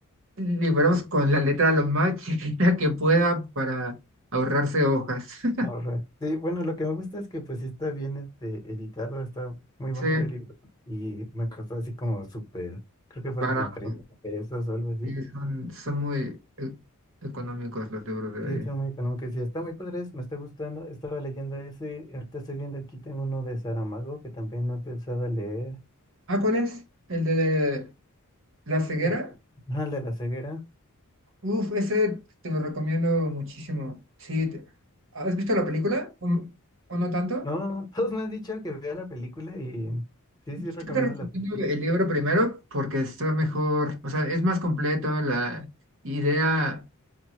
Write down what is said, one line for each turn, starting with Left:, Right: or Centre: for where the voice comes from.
Right: libros con la letra lo más <laughs> chiquita que pueda para ahorrarse hojas. <laughs>
Left: Ahorra. Sí, bueno, lo que me gusta es que pues sí está bien este, editado, está muy bonito
Right: Sí,
Left: el libro y me costó así como súper, creo que fueron
Right: barato.
Left: como 30 pesos o algo así.
Right: Sí, son, son muy e- económicos los libros de
Left: Sí,
Right: ahí.
Left: está muy económico y sí, está muy padre, es- me está gustando. Estaba leyendo ese, ahorita estoy viendo aquí, tengo uno de Saramago que también no pensaba leer.
Right: Ah, ¿cuál es? ¿El de La ceguera?
Left: El, ah, el de la ceguera.
Right: Uf, ese te lo recomiendo muchísimo. Sí, te- ¿has visto la película? ¿O, m- o no tanto?
Left: No, no, <laughs> todos me han dicho que vea la película y sí,
Right: Yo
Left: sí recomiendo
Right: te recomiendo
Left: la película.
Right: el libro primero porque está mejor, o sea, es más completo, la idea